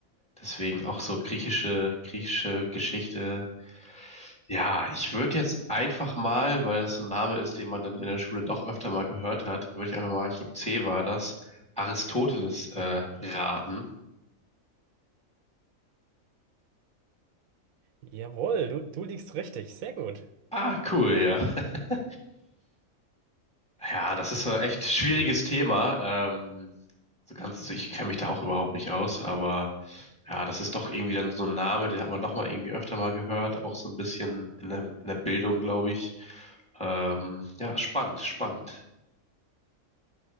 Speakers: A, in the centre; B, on the right (about 85°).
A: deswegen auch so griechische, griechische Geschichte. Ja, ich würde jetzt einfach mal, weil das so ein Name ist, den man dann in der Schule doch öfter mal gehört hat, würde ich einfach mal, ich glaube C war das, Aristoteles äh, raten.
B: Jawohl, du, du liegst richtig. Sehr gut.
A: Ah, cool, ja. <laughs> Ja, das ist so ein echt schwieriges Thema. Ähm, so ganz, also ich kenne mich da auch überhaupt nicht aus, aber Ja, das ist doch irgendwie dann so ein Name, den hat man doch mal irgendwie öfter mal gehört, auch so ein bisschen in der, in der Bildung, glaube ich. Ähm, ja, spannend, spannend.